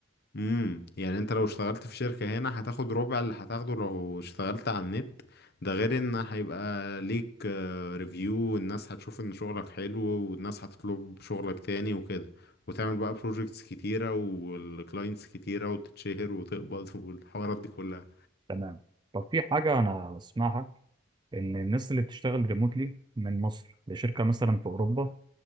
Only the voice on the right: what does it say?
تمام طب في حاجة أنا بسمعها إن الناس اللي بتشتغل ريموتلي من مصر لشركة مثلا في أوروبا